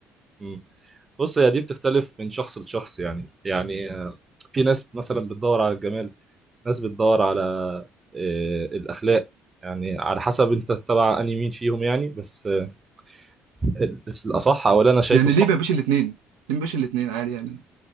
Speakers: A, on the right; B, on the right.
A: امم بص هي دي بتختلف من شخص لشخص يعني يعني آه، في ناس مثلا بتدور على الجمال ناس بتدور على آه، الاخلاق يعني على حسب انت تبع انهي مين فيهم يعني بس آه، ال- الاصح او اللي انا شايفه
B: يعني
A: صح
B: ليه ما بيبقاش الاثنين ليه ما بيبقاش الاثنين عادي يعني